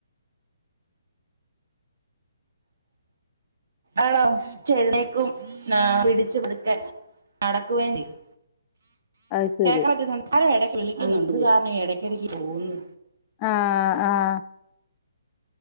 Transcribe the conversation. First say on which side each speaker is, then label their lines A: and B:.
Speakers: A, on the right; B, on the left.
A: ആണോ ച്ചെഴ്നേക്കും ആഹ് പിടിച്ച് പതുക്കെ നടക്കുവേം ചെയ്യും
B: അത് ശരി
A: കേക്കാൻ പറ്റ്ന്ന് ആരോ എടയ്ക്ക് വിളിക്കുന്നുണ്ട് അതുകാരണം ഈ എടയ്ക്കെടക്ക് പോവ്ന്ന്
B: ആഹ് ആഹ്